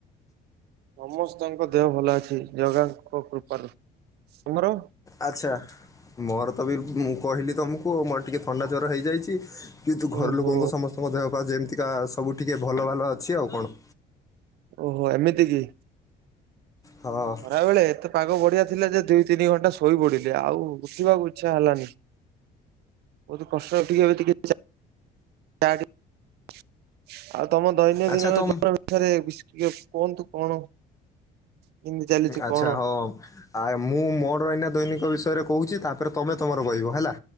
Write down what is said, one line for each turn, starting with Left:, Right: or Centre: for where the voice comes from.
Right: ସମସ୍ତଙ୍କ ଦେହ ଭଲ ଅଛି ଜଗାଙ୍କ କୃପାରୁ। ତମର?
Left: ଆଛା, ମୋର ତ ବି ମୁଁ କହିଲି ତମକୁ ମୋର ଟିକେ ଥଣ୍ଡା ଜର ହେଇଯାଇଛି। କିନ୍ତୁ ଘର
Right: ଓହୋ
Left: ଲୋକଙ୍କ ସମସ୍ତଙ୍କ ଦେହ ପା ଯେମିତିକା ସବୁ ଟିକେ ଭଲ ଭାଲ ଅଛି ଆଉ କଣ?
Right: ଓହୋ ଏମିତି କି?
Left: ହଁ ଅଁ
Right: ଖରାବେଳେ ଏତେ ପାଗ ବଢ଼ିଆ ଥିଲା ଯେ ଦୁଇ ତିନି ଘଣ୍ଟା ଶୋଇପଡ଼ିଲି, ଆଉ ଉଠିବାକୁ ଇଛା ହେଲାନି। ବହୁତ କଷ୍ଟରେ ଟିକେ ଟିକେ ଆଉ ତମ ଦୈନନ୍ଦିନର
Left: ଆଚ୍ଛା ତମ
Right: ଜୀବନ ଏଠାରେ ବିସ୍ ଟିକେ କୁହନ୍ତୁ କଣ? କେମିତି ଚାଲିଛି
Left: ଆଛା,
Right: କଣ?
Left: ହଉ ଆ ମୁଁ ମୋର ଏନା ଦୈନିକ ବିଷୟରେ କହୁଛି ତାପରେ ତମେ ତମର କହିବ ହେଲା?